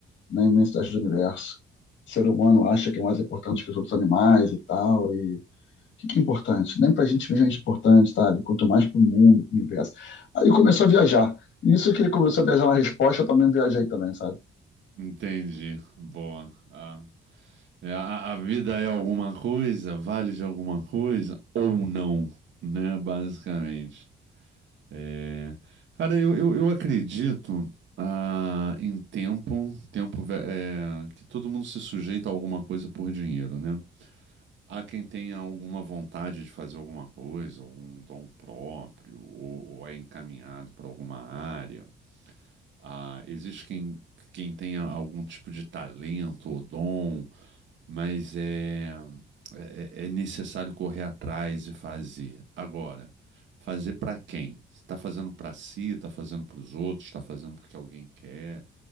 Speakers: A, on the left (about 70°); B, on the right (about 70°).
A: na imensidade do universo. O ser humano acha que é mais importante que os outros animais e tal, e o que, que é importante? Nem pra gente mesmo é importante, sabe? Quanto mais pro mundo, pro universo. Aí ele começou a viajar. E Isso que ele começou a viajar na resposta, eu também viajei também, sabe?
B: entendi. Boa. Ah. É, a, a vida é alguma coisa, vale de alguma coisa ou não, né? Basicamente. É, Cara, eu, eu, eu acredito ah, em tempo, tempo ve- é, que todo mundo se sujeita a alguma coisa por dinheiro, né? Há quem tenha alguma vontade de fazer alguma coisa, algum dom próprio, ou, ou é encaminhado para alguma área. Ah, existe quem, quem tenha algum tipo de talento ou dom mas é, é, é é necessário correr atrás e fazer. Agora, fazer para quem? Você Está fazendo para si, está fazendo para os outros, está fazendo porque alguém quer,